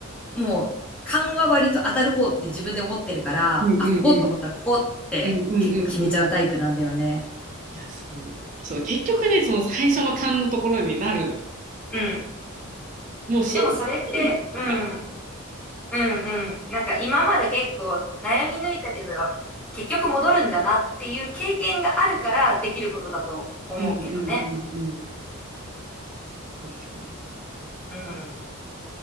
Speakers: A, in the centre; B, on the right.
A: もう勘は割と当たる方って自分で思ってるから、
B: うんう
A: あ、ここと思ったらここって結構決めちゃうタイプなんだよね。
B: んうんうんうんうんうん。いや、そう。そう、結局ね、その最初の勘のところになるのよ。
A: うん。
B: もう信じ、
A: でもそれって、
B: 信じてたから。
A: うん、うんうん。なんか今まで結構悩み抜いたけど、結局戻るんだなっていう経験があるからできることだと思うけどね。
B: うんうんうんうん。確かに。
A: うん。